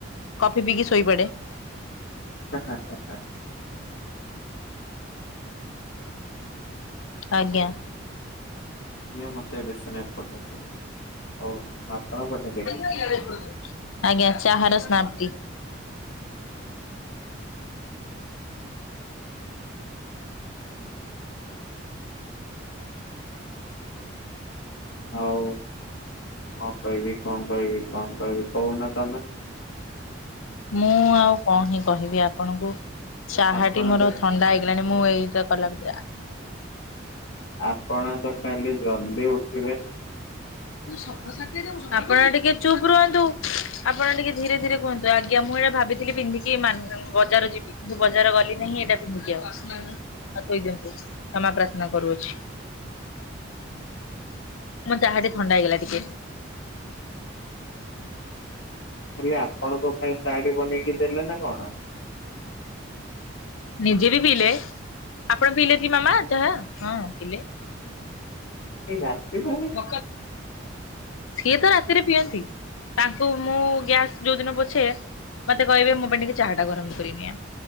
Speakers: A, on the left; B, on the left.
A: କଫି ପିଇକି ଶୋଇପଡେ।
B: ହଁ ହଁ ହଁ ହଁଁ।
A: ଆଜ୍ଞା।
B: ଇଏ ମତେ ବେଶ ନାଇ ପଠଉଛନ୍ତି ଆଉ ଆପଣ ପଠେଇଲେକି?
A: <inaudible> ଆଜ୍ଞା ଚାହାର ସ୍ନାପ୍ତି।
B: ଆଉ କଣ କହିବି କଣ କହିବି କଣ କହିବି କହୁନ ତମେ?
A: ମୁଁ ଆଉ କଣ ହିଁ କହିବି ଆପଣଙ୍କୁ ଚାହାଟି
B: ଆପଣ
A: ମୋର
B: ତ
A: ଥଣ୍ଡା ହେଲାଣି ମୁଁ ଏଇ ତ କଲା <unintelligible>
B: ଆପଣ ତ ଖାଲି ଜଲଦି ଉଠିବେ
A: ତୁ ସଫ <unintelligible> ତେ ଦେବୁ। ଆପଣ ଟିକେ ଚୁପ୍ ରୁହନ୍ତୁ। ଆପଣ ଟିକେ ଧୀରେ ଧୀରେ କୁହନ୍ତୁ। ଆଜ୍ଞା ମୁଁ ଏଇଟା ଭାବିଥିଲି ପିନ୍ଧିକି କି ମାନେ ବଜାର ଯିବି କିନ୍ତୁ ବଜାର ଗଲି ନେହିଁ ଏଇଟା ପିନ୍ଧିକି ଆଉ। ଆ <unintelligible> ତତେ କ୍ଷମା ପ୍ରାର୍ଥନା କରୁଅଛି। ମୁଁ ଯାହା ଟେ ଥଣ୍ଡା ହେଇଗଲା ଟିକେ।
B: ଖାଲି ଆପଣଙ୍କ ପାଇଁ ଚାହାଟି ବନେଇକି ଦେଲେ ନା କଣ?
A: ନିଜେ ବି ପିଇଲେ। ଆପଣ ପିଇଲେ କି ମାମା ଚାହା? ହଁ ପିଲେ।
B: ଏଇ ରାତି ପା
A: <unintelligible> ସିଏ ତ ରାତିରେ ପିଅନ୍ତି। ତାଙ୍କୁ ମୁଁ ଗ୍ୟାସ୍ ଯୋଉ ଦିନ ପୋଛେ ମତେ କହିବେ ମୋ ପାଇଁ ଟିକେ ଚାହାଟା ଗରମ କରିନିଅ।